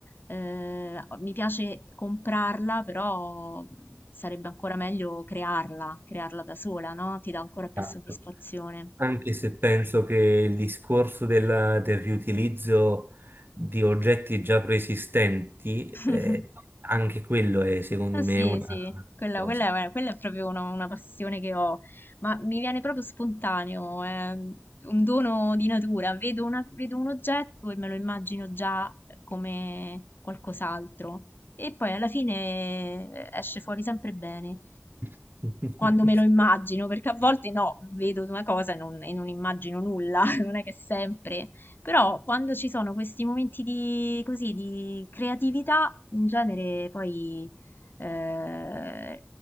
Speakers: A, on the left (about 55°); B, on the right (about 60°).
A: eh, mi piace comprarla, però mm, sarebbe ancora meglio crearla, crearla da sola, no? Ti dà ancora più
B: Esatto.
A: soddisfazione.
B: Anche se penso che il discorso della- del riutilizzo di oggetti già preesistenti,
A: <laughs>
B: eh, anche quello è secondo
A: Ah, Sì,
B: me una
A: sì, quella,
B: cosa.
A: quella è, quella è proprio una, una passione che ho, ma mi viene proprio spontaneo, è un dono di natura. Vedo, una- vedo un oggetto e me lo immagino già eh, come qualcos'altro e poi alla fine eh, esce fuori sempre bene
B: <laughs>
A: quando me lo immagino, perché a volte no, vedo una cosa e non, e non immagino nulla, <laughs> non è che sempre, però quando ci sono questi momenti di, così, di creatività, in genere poi eh,